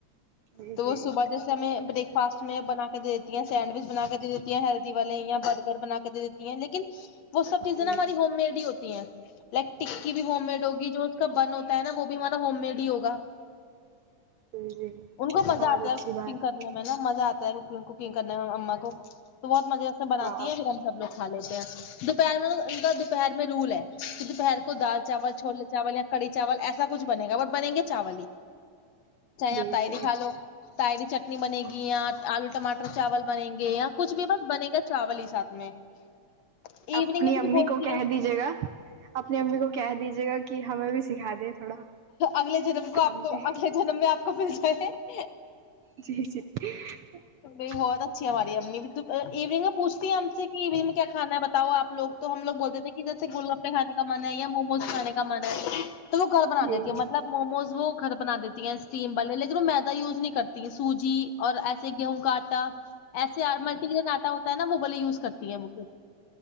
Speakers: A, on the right; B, on the left.
A: جی
B: تو
A: جی
B: وہ صبح جیسے ہمیں برک فاسٹ میں بنا کےے دیتی ہیں سینڈوچ بنا کے دے دیتی ہیں ہیلدی والے یا برگر بنا کے دے دیتی ہیں لیکن وہ سب چیزیں
A: جی
B: نا ہماری ہوم میڈ ہی ہوتی ہیں لیکٹک کی بھی ہوم میڈ ہوگی جو اس کا بن ہوتا ہے نا وہ بھی ہمارا ہوم میڈ ہی ہوگا
A: جی جی
B: ان کو مزہ
A: بہت
B: آتا
A: اچھی
B: ہے کوکنگ
A: بات
B: کرنے میں نا مزہ آتا ہے کوکنگ کرنے مما کو تو بہت مزے سے بنات
A: واہ
B: ہے ہیں پھر ہم سب لوگ <unintelligible> لیتے ہیں دوپہر میں ان کا دوپہر میں رول ہے تو دوپہر کا کوئی دال چاول چھولے چاول یا کڑی چاول ایسا کچھ بنے گا اور بنیں گے چاول ہی چاہے
A: جی
B: آپ تائری
A: جی
B: کھا لو تائری چ پٹنی بنے گی اں آلو ٹاٹر چاول بنےیں گی یا کچھ بھی بس بنے گا چاول ہی ساتھ میں <unintelligible>
A: اپنی
B: میں
A: امی
B: پھر بولتی
A: کو کہہ
B: ہیں
A: دیجیے گا اپ اپنی امی کو کہہ دیجیے گا کہ ہمیں بھی سکھا دے تھوڑا
B: اگلے جنم کو آپ
A: ہم
B: کو
A: بھی
B: اگلے جنم میں آپ کو ب کیسے <unintelligible>
A: جی جی <unintelligible>
B: نہیں بہت اچھی ہے ہماری امی بھی تو ایونگ میں پوچتی ہم سے <unintelligible> ی میں کیا کھانا بتاؤ آ لوگ تو ہم لو بولتے تھے جیسے گول گپے کھے کا من ہے یا موموز کھے کا ک منا تو <unintelligible> گھر
A: جی
B: بنا دیتی ہیں
A: جی
B: مطلب موموز وہ <unintelligible> ھر بنا دیتی ہیں اسٹیم والے لیکن وہ میدا یوز نہیں کرتی ہیں سوجی اور ایسے گیہوں کا آٹا ایے ملٹی گن ہوتا ہے نا وہ بلے یوز کرتی ہے وہ پھر